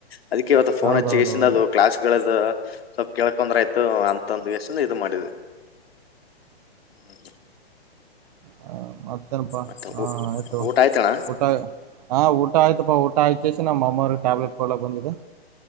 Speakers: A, on the left (about 65°); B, on the right (about 40°).
A: ಅದಕ್ಕೆ ಇವತ್ತು ಫೋನ್
B: ಹೌದೌದೌದು
A: ಹಚ್ಚಿಗೇಸಿದ್ ಅದು ಕ್ಲಾಸ್ಮೇಕೇಳಿದ್ದ ಸ್ವಲ್ಪ ಕೇಳಕೊಂದ್ರ ಆಯ್ತ್, ಅಂತ ಗೆಸಿಂದ್ ಇದು ಮಾಡಿದೆ ಹ್ಮ,
B: ಹ ಮತ್ತೇನಪಾ
A: ಮತ್ತೆ
B: ಹ
A: ಊ-
B: ಆಯ್ತು
A: ಊಟ ಆಯ್ತಣ್ಣ
B: ಊಟ, ಹಾಂ ಊಟ ಆಯ್ತಪ್ಪ ಊಟ ಆಗ್ ಕೇಸಿ ನಮ್ಮಮವ್ರ ಟ್ಯಾಬ್ಲೆಟ್ಡ ಕೊಡಲ್ಕ ಬಂದಿದ್ದಿದೆ.